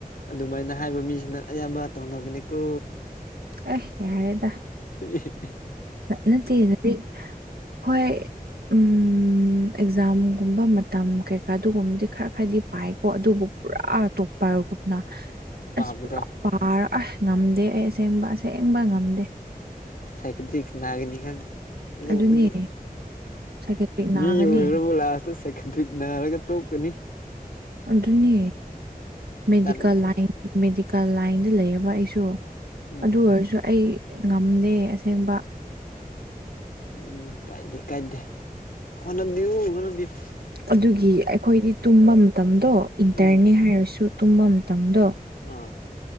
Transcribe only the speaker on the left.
ꯑꯗꯨꯃꯥꯏꯅ ꯍꯥꯏꯕ ꯃꯤꯁꯤꯡꯅ ꯑꯌꯥꯝꯕ ꯇꯧꯅꯕꯅꯤꯀꯣ
<unintelligible>
ꯄꯥꯕꯗꯣ
ꯁꯥꯏꯀꯤꯇꯔꯤꯛꯁ ꯅꯥꯒꯅꯤ ꯈꯪꯉꯤ ꯑꯗꯨꯒꯨꯝꯕꯅꯤ
ꯃꯤ ꯑꯣꯏꯕ꯭ꯔꯕꯨ ꯂꯥꯁꯇ ꯁꯥꯏꯀꯤꯇ꯭ꯔꯤꯛ ꯅꯥꯔꯒ ꯇꯣꯛꯀꯅꯤ
ꯇꯜꯂꯦ
ꯎꯝ
ꯎꯝ ꯀꯥꯏꯗꯤ ꯀꯥꯏꯗ <unintelligible>
ꯎꯝ
ꯑꯥ